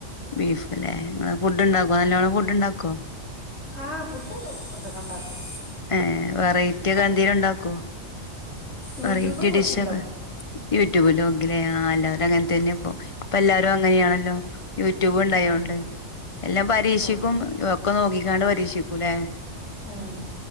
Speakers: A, on the left; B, on the left.
A: ബീഫ്ല്ലേ, നിങ്ങള് ഫുഡ്ണ്ടാക്കൊ? നല്ലോണം ഫുഡ്ണ്ടാക്കൊ?
B: ആഹ് ഫുഡ് കൊറച്ചൊക്കെണ്ടാക്കും.
A: ഏഹ് വെറൈറ്റിയക്ക എന്തേലും ഉണ്ടാക്കൊ?
B: യൂട്യൂബ്
A: വെറൈറ്റി
B: നോക്കി
A: ഡിഷൊക്കെ
B: ഉണ്ടാക്കും
A: യൂട്യൂബില് നോക്കിലേ. ആഹ് എല്ലാരും അങ്ങനെ തന്നെപ്പോ ഇപ്പ എല്ലാരും അങ്ങനെയാണല്ലോ. യൂട്യൂബ് ഉണ്ടായോണ്ട്.
B: ഉം
A: എല്ലാം പരീക്ഷിക്കും
B: ആഹ്
A: ഒക്കെ നോക്കിക്കാണ്ട് പരീക്ഷിക്കൂല്ലേ.
B: ഉം